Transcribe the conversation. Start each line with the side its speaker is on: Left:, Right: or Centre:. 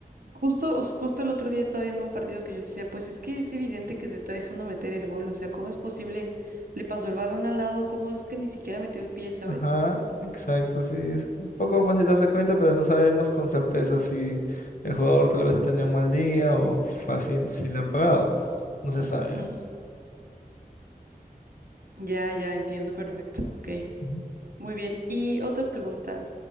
Right: Justo, os- justo el otro día estaba viendo un partido que yo decía, pues es que es evidente que se está dejando meter el gol, o sea, ¿cómo es posible? Le pasó el balón al lado, ¿cómo es que ni siquiera metió el pie, ¿sabes?
Left: Ajá, exacto, sí. Es un poco fácil darse cuenta, pero no sabemos con certeza si el jugador tal vez ha tenido un mal día o fácil si le han pagado. No se sabe.
Right: Ujú. Ya, ya, entiendo perfecto, ok.
Left: Ujú.
Right: Muy bien, y otra pregunta,